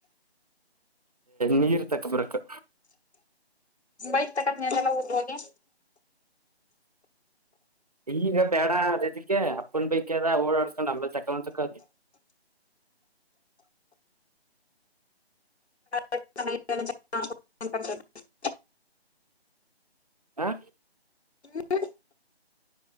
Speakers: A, on the right; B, on the left.
A: ನೀರ್ ತಕ್ಕಬರಕ್ು
B: ಬೈಕ್ ತಕತ್ ನಾನಲ್ಲ ಓದುವಗೆ
A: ಈಗ ಬೇಡ ಅಂದಿದಕೆ ಅಪ್ಪನ್ ಬೈಕ್ ಎಲಾ ಓಡಾಸಡ್ಕೊಂಡ್ ಆಮೇಲೆ ತಕೊಂದ್ ತಕ್ಕೋ
B: <inaudible> ಶಕ <unintelligible>
A: ಹಾ
B: ಹ್ಮ